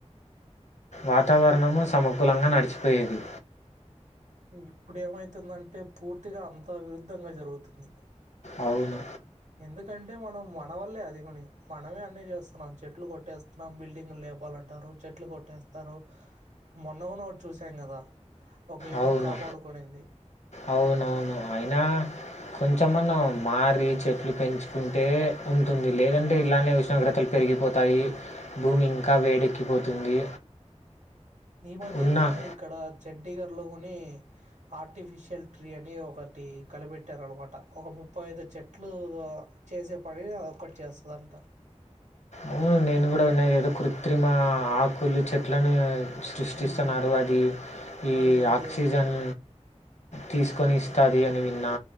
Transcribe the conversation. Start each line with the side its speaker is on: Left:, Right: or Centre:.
Left: వాతావరణము సమకూలంగా నడిచిపోయేది
Right: ఇప్పుడు ఏమైతుందంటే పూర్తిగా అంత విరుద్ధంగా జరుగుతుంది
Left: అవును
Right: ఎందుకంటే మనం మన వల్లే అది కొని మనమే అన్నీ చేస్తున్నాం చెట్లు కొట్టేస్తుం నా బిల్డింగ్ లేపాలంటారు చెట్లు కొట్టేస్తారు మొన్న కూడను ఒకటి చూసాం కదా ఒక ఏనుగు
Left: అవును
Right: కాపాడుకునింది
Left: అవునవును అయినా కొంచెంమన్న మారి చెట్లు పెంచుకుంటే ఉంటుంది లేదంటే ఇలానే ఉష్ణోగ్రతలు పెరిగిపోతాయి భూమి ఇంకా వేడెక్కిపోతుంది
Right: ఈ మధ్యనే
Left: ఉన్న
Right: ఇక్కడ చండీగఢలోని ఆర్టిఫిషియల్ ట్రీ అని ఒకటి కలిపెట్టారు అనమాట ఒక ముప్పై ఐదు చెట్లు చేసే పనిని అదోక్కటి చేస్తుందింట
Left: అవును నేను కూడా విన్నా ఏదో కృత్రిమ ఆకులు చెట్లలను సృష్టిస్తున్నారు
Right: ఉమ్
Left: అది ఈ
Right: అదే అదే
Left: ఆక్సిజన్ తీసుకొని ఇస్తాది అని విన్నా